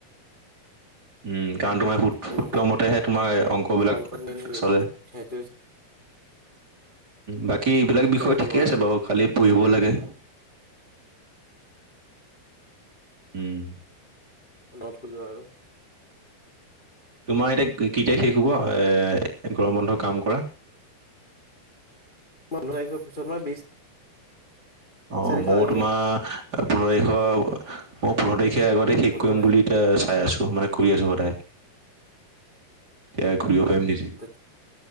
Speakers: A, on the right (about 25°); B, on the left (about 15°).
A: উম কাৰণ তোমাৰ সূ সূত্ৰ
B: উম
A: মতেহে তোমাৰ অংকবিলাক
B: অংকত মেইন সেইটোৱে
A: চলে।
B: সেইটো
A: বাকী বেলেগ
B: হিচাপতে
A: বিষয় ঠিকে
B: বহা
A: আছে বাৰু খালি পঢ়িব লাগে। উম।
B: নত খোলিল' আৰু।
A: তোমাৰ এতিয়া কেতিয়া শেষ হ'ব এ গৰম বন্ধ কাম কৰা?
B: পোন্ধৰ তাৰিখ পিছত মই বিশ-
A: অ
B: তাৰিখৰ
A: মই
B: আগে
A: তোমাৰ পোন্ধৰ তাৰিখৰ মই পোন্ধৰ তাৰিখে আগতে শেষ
B: পোন্ধৰ
A: কৰিম বুলি - এতিয়া চাই আছো, মানে কৰি আছো সদায়, এতিয়া ঘূৰিব পাৰিম দুদিন।
B: তাকে।